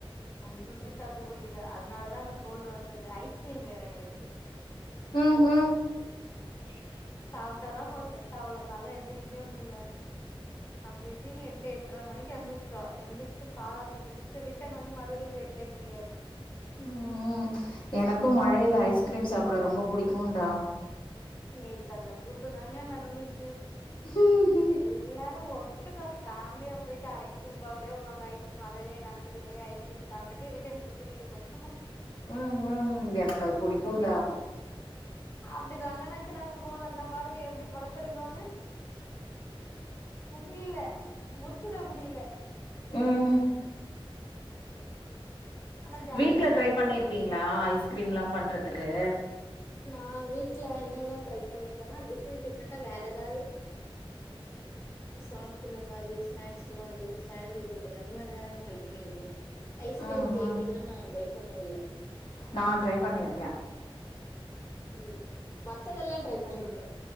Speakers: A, on the left (about 30°); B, on the left (about 60°).
A: ஒண்ணுமே தாக்கு புடிக்கல அதனாலதா இந்த கோல்டு வந்தது ஐஸ்கிரீம் வேற நைட்டு
B: ம்
A: ஓ
B: <inaudible>
A: சாப்ட்டதா போ செட் ஆவல கால்ல எந்திரிக்கவே முல்ல அப்டி இப்டின்னு எட்டு எட்டர மணிக்கு எந்திரிச்சோ எந்திரிச்சிட்டு பாலாத்தி குத்து ரிட்டன் வந்து மறுபடியு பெட்லே தூங்கியா
B: உம் எனக்கும் மழைல ஐஸ்கிரீம் சாப்ட ரொம்ப புடிக்குன்டா
A: நேத்து அந்த கூத்து தாங்க நடந்து
B: ம்
A: எல்லாரு ஒட்டுக்க ஃபேமிலியா போய்ட்டு ஐஸ்கிரீம் பார்லே உக்காந்து ஐஸ்கிரீம் மழைலே நனசிட்டு போய் ஐஸ்கிரீம் சாப்டுட்டு ரிட்டர்ன் திருப்பி வீட்டுக்கு வன்டோ
B: உம் உம் எனக்கு அது புடிக்கும்ன்டா
A: முடில அப்டிதாங்க நேத்தி நாங்க போனோ இந்த பாருங்க எப்டி படுத் துருக்கோனு முடில முச்சுட முடில
B: உம்
A: ஆனா ஜாலியா
B: வீட்ல
A: இருந்துச்சு
B: ட்ரை பண்ணிருக்கீங்களா ஐஸ்கிரீம் எல்லா பண்றதுக்கு
A: நான் வீட்ல என்னெல்லா ட்ரை பண்ணிருக்கேன்னா டிஃப்ரெண்டட் டிஃப்ரெண்டா வேற எதாது
B: <unintelligible>
A: சாப்பற மாறி ஸ்நாக்ஸ் மாறி சாண்ட்விஜ் மாறி அந்த மாறிதா ட்ரை பண்ணிருக்கே ஐஸ்கிரீம்
B: ம்
A: கேக்
B: ம்
A: இன்னு நா ட்ரை பண்ணது இல்ல
B: நா ட்ரை பண்ணிருக்கே
A: உம் மத்ததெல்லா ட்ரை பண்ணிருக்க